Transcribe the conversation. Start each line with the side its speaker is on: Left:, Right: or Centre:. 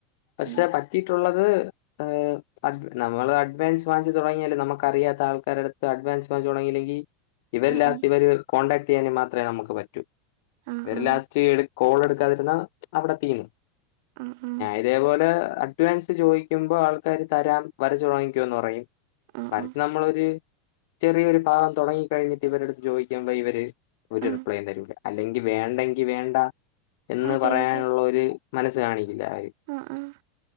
Left: പക്ഷെ
Right: ഉം.
Left: പറ്റിട്ടുള്ളത് ആഹ് നമ്മള് അഡ്വാൻസ് വാങ്ങിച്ച് തുടങ്ങിയാല് നമുക്ക് അറിയാത്ത ആൾക്കാരടുത്ത് അഡ്വാൻസ് വാങ്ങച്ച് തുടങ്ങിയില്ലെങ്കിൽ ഇവര്
Right: ഉം,
Left: ലാസ്റ്റ്
Right: ഉം.
Left: ഇവര് കോൺടാക്ട് ചെയ്യാനുമാത്രമേ നമുക്ക് പറ്റൂ.
Right: ആ,
Left: ഇവർ
Right: ആ.
Left: ലാസ്റ്റ് കോൾ എടു ടക്കാതിരുന്ന അവിടെ തീരും.
Right: ഉം ഉം
Left: ഇതേപോലെ അഡ്വാൻസ് ചോദിക്കുമ്പോ ആൾക്കാര് തരാം വരച്ചു തൊടങ്ങിക്കോന്ന് പറയും
Right: ആ,
Left: വരച്ച്
Right: ആ. ആ,
Left: നമ്മളൊരു ചെറിയൊരു ഭാഗം തുടങ്ങികഴിഞ്ഞിട്ട് ഇവരെടുത്ത് ചോദിക്കുമ്പോ ഇവര് ഒരു
Right: ആ.
Left: റിപ്ലൈയും തരൂല. അല്ലെങ്കി വേണ്ടെങ്കി വേണ്ട എന്ന്
Right: അതെ,
Left: പറയാനുള്ള
Right: അതെ.
Left: ഒരു മനസ്സ് കാണിക്കില്ല ആരും.
Right: ആഹ്, ആഹ്.